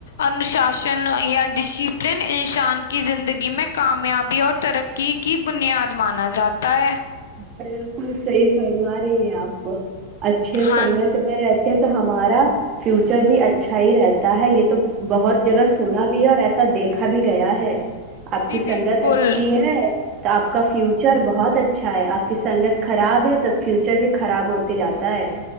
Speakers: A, on the left; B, on the right.
A: انوشاسن یا ڈسپلن انسان کی زندگی میں کامیابی اور ترقی کی بنیاد مانا جاتا ہے
B: بالکل صحیح فرما رہی ہے آپ اچھے
A: ہاں
B: سنگت میرے تو ہمارا فیوچر بھی اچھا ہی رہتا ہے یہ تو بہت جگہ سونا بھی ہے اور ایسا سا دیکھا بھی گیا ہے آپ
A: جی
B: کی سنگت
A: بالکل
B: اچھی ہے تو آپ کا فیوچر بہت اچھا اچھا ہے آپ کی سنگت خراب ہے تو فیوچر بھی خراب ہوتے جاتا ہے